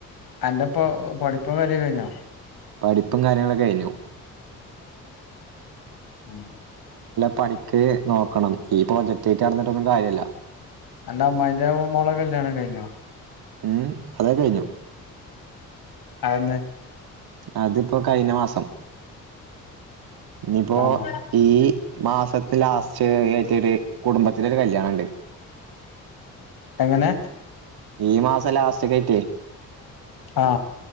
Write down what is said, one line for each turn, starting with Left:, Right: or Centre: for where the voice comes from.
Left: അന്റെ പൊ പടിപ്പും കാര്യം കഴിഞ്ഞോ
Right: പഠിപ്പും കാര്യങ്ങളൊ കഴിഞ്ഞു
Left: ഉം
Right: പഠിക്ക് നോക്കണം ഈ പ്രോജക്റ്റ് ആയിട്ട് നടന്നിട്ടൊന്നും കാര്യല്ല
Left: അന്റെ അമ്മായിന്റെ മോളെ കല്യാണം കയ്ഞോ
Right: ഹേ അതൊക്കെ കയ്ഞോ
Left: ആന്ന്
Right: അതിപ്പോൊ കഴിഞ്ഞ മാസം ഇനിയിപ്പോൊ
Left: ആഹ്
Right: ഈ മാസത്തെ ലാസ്റ്റ് ആയിട്ടൊരു ഒരു കുടുംബത്തിലൊരു കല്യാണുണ്ട്
Left: എങ്ങനെ
Right: ഈ മാസം മാസ ലാസ്റ്റ് ആയി
Left: ആ